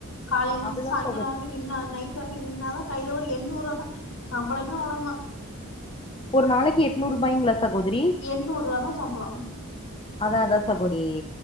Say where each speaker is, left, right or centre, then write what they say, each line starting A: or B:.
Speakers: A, on the left; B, on the left.
A: காலையிலந்து
B: அதுதா
A: சாய்ங்காலம்
B: சகோதரி
A: வரைக்கும் நின்னா நைட் <unintelligible> நின்னாதா கையில ஒரு எண்ணூறுவாதா சம்பளமே அவளோந்த
B: ஒரு நாளைக்கி எட்நூருபாய்ங்ளா சகோதிரி
A: எண்ணூர்வாதா சம்ளோ
B: அதா அதா சகோடி